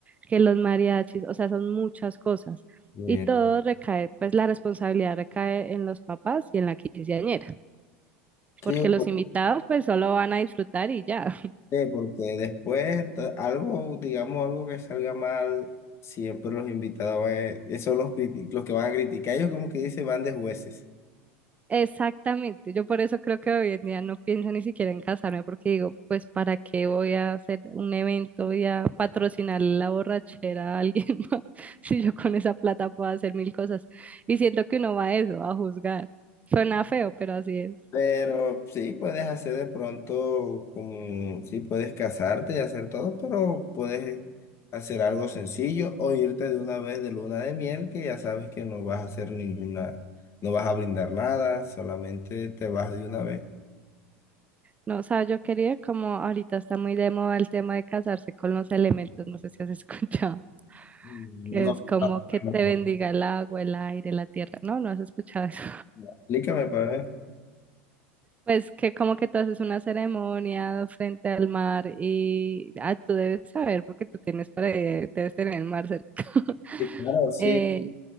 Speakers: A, on the right (about 20°); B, on the left (about 40°).
A: que los mariachis, o sea, son muchas cosas.
B: Bien.
A: Y todo recae, pues la responsabilidad recae en los papás y en la quinceañera,
B: Sí,
A: porque
B: ¿por
A: los invitados pues solo van a disfrutar y ya.
B: qué? Porque después ta- algo, digamos, algo que salga mal, siempre los invitados van a- son los, criti- los que van a criticar. Ellos como que dicen van de jueces.
A: Exactamente, yo por eso creo que hoy en día no pienso ni siquiera en casarme porque digo, pues para qué voy a hacer un evento y a patrocinar la borrachera a alguien <laughs> más si yo con esa plata puedo hacer mil cosas. Y siento que uno va a eso, a juzgar. Suena feo, pero así es.
B: Pero sí, puedes hacer de pronto como, sí, puedes casarte y hacer todo, pero puedes hacer algo sencillo o irte de una vez de luna de miel que ya sabes que no vas a hacer ninguna, no vas a brindar nada, solamente te vas de una vez.
A: No, o sea, yo quería como ahorita está muy de moda el tema de casarse con los elementos, no sé si has escuchado, <laughs>
B: Mm,
A: que
B: No,
A: es como
B: ah,
A: que te
B: no, no,
A: bendiga el agua, el aire, la tierra. No, no has escuchado eso.
B: no. explícame para ver.
A: Pues que como que tú haces una ceremonia frente al mar y ah, tú debes saber porque tú tienes para debes tener el mar cerca. <laughs>
B: Sí, Claro, sí.
A: Eh,